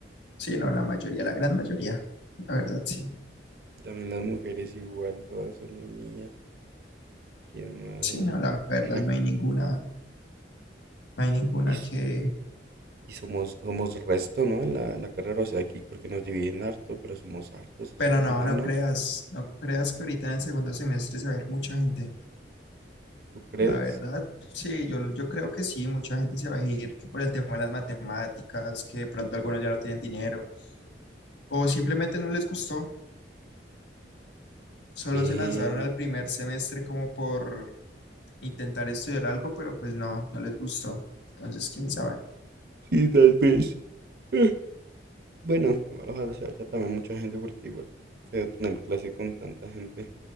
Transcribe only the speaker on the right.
también las mujeres igual, todas son muy niñas. ¿Quién más
así?
<laughs>
Y, s-
y somos, somos resto, ¿no? En la, la carrera, o sea, aquí porque nos dividen harto, pero somos hartos
a la
final,
¿no?
¿Tú crees?
Eh,
sí, tal vez. Eh, Bueno, igual ojalá se vaya también mucha gente porque igual feo tener clase con tanta gente.